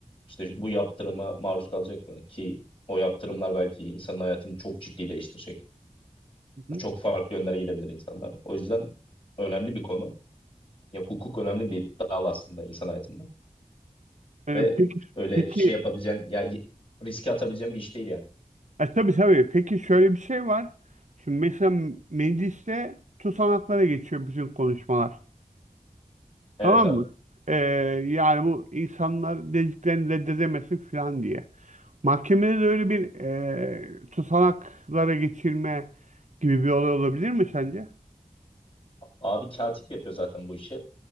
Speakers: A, on the left; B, on the right.
A: İşte bu yaptırıma maruz kalacak mı ki o yaptırımlar belki insanın hayatını çok ciddi değiştirecek.
B: Hı hı.
A: çok farklı yönlere gidebilir insanlar. O yüzden önemli bir konu. Ya hukuk önemli bir dal aslında insan hayatında.
B: E,
A: Ve
B: peki
A: öyle
B: peki
A: şey yapabileceğin, ya y- riske atabileceğin bir iş değil yani.
B: e, tabii tabii. Peki şöyle bir şey var. Şimdi mesela mecliste tutanaklara geçiyor bütün konuşmalar.
A: Evet
B: Tamam
A: abi.
B: mı? E, yani bu insanlar dediklerini reddedemesin falan diye. Mahkemede de öyle bir e, tutanaklara geçirme gibi bir olay olabilir mi sence?
A: Abi katip yapıyor zaten bu işi.